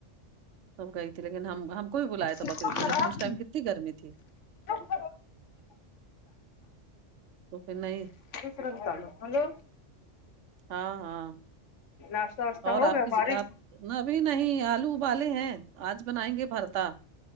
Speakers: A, on the right; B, on the left.
A: سب گئی تھی لیکن ہم کو بھی بلایا
B: خراب
A: تھا بکرید میں لیکن اس ٹائم کتنی گرمی تھی
B: <inaudible>
A: تو پھر نہیں
B: ترنت ڈالو ہلو
A: ہاں ہاں
B: ناشتہ واشتہ
A: اور
B: ہو
A: آپ
B: گیا
A: کی
B: فارغ
A: ج- آپ ابھی نہیں آلو ابالے ہیں آج بنائیں گے بھرتا